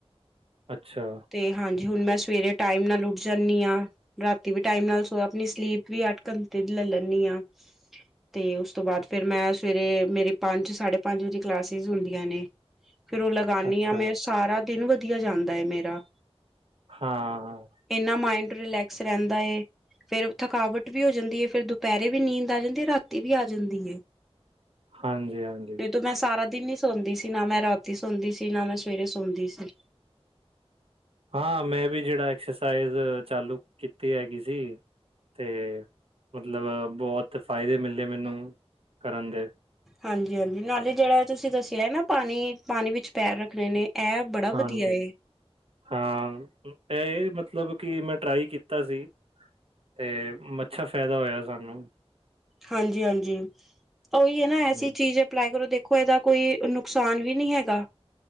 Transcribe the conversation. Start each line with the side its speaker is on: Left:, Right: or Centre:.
Right: ਅੱਛਾ।
Centre: ਤੇ ਹਾਂਜੀ ਹੁਣ ਮੈਂ ਸਵੇਰੇ ਟਾਈਮ ਨਾਲ ਉੱਠ ਜਾਂਦੀ ਹਾਂ, ਰਾਤੀ ਵੀ ਟਾਈਮ ਨਾਲ ਸੋ ਔਰ ਆਪਣੀ ਸਲੀਪ ਵੀ ਅੱਠ ਘੰਟੇ ਦੀ ਲੈ ਲੈਂਦੀ ਹਾਂ। ਤੇ ਉਸ ਤੋਂ ਬਾਅਦ ਫਿਰ ਮੈਂ ਸਵੇਰੇ ਮੇਰੇ ਪੰਜ, ਸਾਢੇ ਪੰਜ ਵਜੇ ਕਲਾਸੇਸ ਹੁੰਦੀਆਂ ਨੇ। ਫਿਰ ਉਹ ਲਗਾਨੀ
Right: ਅੱਛਾ
Centre: ਆ ਮੈ, ਸਾਰਾ ਦਿਨ ਵਧੀਆ ਜਾਂਦਾ ਏ ਮੇਰਾ
Right: ਹਾਂ
Centre: ਇੰਨਾ ਮਾਇੰਡ ਰਿਲੈਕਸ ਰਹਿੰਦਾ ਏ। ਫੇਰ ਥਕਾਵਟ ਵੀ ਹੋ ਜਾਂਦੀ ਏ, ਫੇਰ ਦੁਪਹਿਰੇ ਵੀ ਨੀਂਦ ਆ ਜਾਂਦੀ, ਰਾਤੀ ਵੀ ਆ ਜਾਂਦੀ ਏ।
Right: ਹਾਂਜੀ ਹਾਂਜੀ।
Centre: ਨਹੀਂ ਤੋ ਮੈਂ ਸਾਰਾ ਦਿਨ ਨੀ ਸੌਦੀ ਸੀ, ਨਾ ਮੈਂ ਰਾਤੀ ਸੌਦੀ ਸੀ ਨਾ ਮੈਂ ਸਵੇਰੇ ਸੌਦੀ ਸੀ।
Right: ਹਾਂ ਮੈਂ ਵੀ ਜਿਹੜਾ ਐਕਸਰਸਾਈਜ਼ ਚਾਲੂ ਕੀਤੀ ਹੈਗੀ ਸੀ। ਤੇ ਮਤਲਬ ਬਹੁਤ ਫ਼ਾਇਦੇ ਮਿਲੇ ਮੈਨੂੰ ਕਰਨ ਦੇ
Centre: ਹਾਂਜੀ ਹਾਂਜੀ, ਨਾਲੇ ਜਿਹੜਾ ਇਹ ਤੁਸੀਂ ਦੱਸਿਆ ਨਾ ਪਾਣੀ ਪਾਣੀ ਵਿੱਚ ਪੈਰ ਰੱਖਣੇ ਨੇ, ਇਹ ਬੜਾ ਵਧੀਆ
Right: ਹਾਂਜੀ
Centre: ਏ
Right: ਹਾਂ ਇਹ ਮਤਲਬ ਕਿ ਮੈਂ ਟਰਾਈ ਕੀਤਾ ਸੀ। ਅਤੇ ਮੱਸ਼ਾ ਫਾਇਦਾ ਹੋਇਆ ਸਾਨੂੰ,
Centre: ਹਾਂਜੀ ਹਾਂਜੀ, ਉਹੀ ਹੈ ਨਾ ਐਸੀ
Right: ਹਮ,
Centre: ਚੀਜ਼ ਏ ਅਪਲਾਈ ਕਰੋ ਦੇਖੋ ਇਹਦਾ ਕੋਈ ਨੁਕਸਾਨ ਵੀ ਨਹੀਂ ਹੈਗਾ।